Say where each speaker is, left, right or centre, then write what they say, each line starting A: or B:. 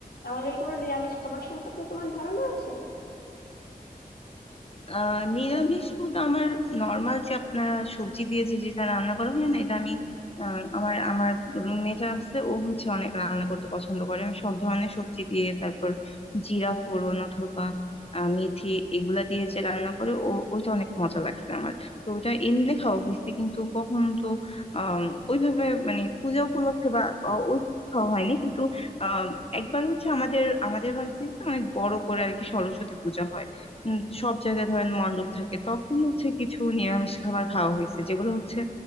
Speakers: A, on the left; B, on the left.
A: আমাদের কোনো নিরামিষ খাবার সম্পর্কে তোমার ধারণা আছে
B: আহ নিরামিষ বলতে আমার নর্মাল যে আপনারা সবজি দিয়ে যে যেটা রান্না করা হয় না এটা আমি আহ, আমার আমার রুমমেট আছে ও হচ্ছে অনেক রান্না করতে পছন্দ করে আমি সব ধরনের সবজি দিয়ে তারপর জিরা ফোড়ন অথবা আহ, মেথি এগুলা দিয়ে যে রান্না করে ও ওইটা অনেক মজা লাগছে আমার তো ওটা এমনি খাওয়া হয়েছে কিন্তু কখন তো আহ ওইভাবে মানে পূজা উপলক্ষে বা আহ, ওই খাওয়া হয়নি কিন্তু আহ একবার হচ্ছে আমাদের আমাদের বাড়িতে অনেক বড় করে আর কি সরস্বতী পূজা হয় উম, সব জায়গায় ধরেন মণ্ডপ থাকে তখন হচ্ছে কিছু নিরামিষ খাবার খাওয়া হয়েছে যেগুলো হচ্ছে